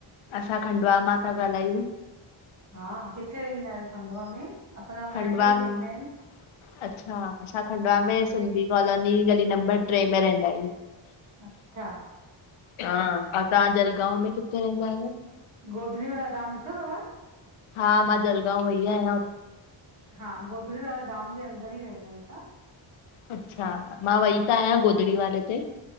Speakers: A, on the left (about 80°); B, on the right (about 35°).
A: असां खंडुवा मां था ॻाल्हायूं।
B: हा किथे रहंदा आहियो खंडुवा में? असांजा
A: खंडवा
B: माइट बि
A: में,
B: रहंदा आहिनि,
A: अच्छा असां खंडवा
B: हा
A: में सिंधी कॉलोनी गली नंबर ट्रे में रहींदा आहयूं।
B: अच्छा
A: हा, तव्हां जलगांव में किथे रहंदा आहियो?
B: गोधरी वारो धाम ॾिठो अथव?
A: हा, मां जलगांव वई आहियां।
B: हा गोधड़ी वारा धाम जे अंदरि ई रहींदा आहियूं असां।
A: अच्छा मां वई त आहियां गोधड़ी वारे ते।